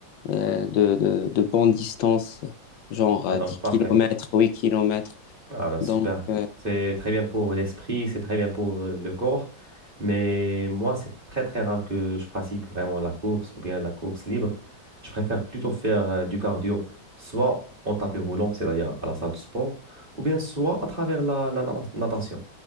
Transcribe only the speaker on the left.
euh, de, de, de bonnes distances, genre
euh,
10
km, 8 km.
Donc, euh,